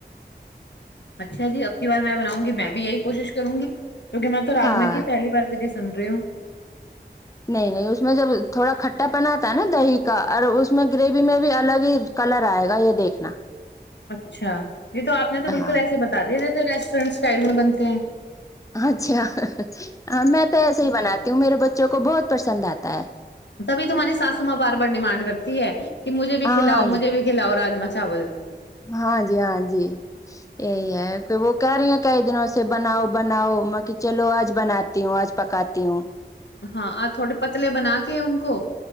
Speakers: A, on the left; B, on the left.
A: اچھا جی اب کی بار میں بناؤں گی میں بھی یہی کوشش کروں گی کیکہ میںے تواج
B: ہاں
A: میں کی پہلی بار بھی ج <unintelligible> سنریوں <unintelligible>
B: نہیں نہیں اس میں جب تھوڑا کھٹا پناتا ہے نا دہی کا اور اس میں گریوی میں بھی الگ ہی کلر آئے گا یہ دیکھنا
A: اچھا جی تو آپ نے تو بالکل
B: ہاں
A: ایسے بتا دییا جیسے ریسٹورینٹ اسٹائل میں بنتے ہیں <unintelligible>
B: اچھا ہ میں تو ایسے ہی بناتی ہوں میرے بچوں کو بہت پسند آتا ہے
A: تبھی تمہاری ساسو ماں بار بار ڈیمانڈ کرتی ہے کہ مجھے بھی
B: ہاں
A: کھلاؤ
B: ہاں جی
A: مجھے بھی کھلاؤ راما چاول
B: ہاں جی ہاں جی یہی ہے کہ وہ کہہ رہی ہیں کئی دنوں سے بناؤ بناؤ میں چلو آج بناتی ہوں آج پکاتی ہوں
A: ہاں آ تھوڑے پتلے بنا کے ان کو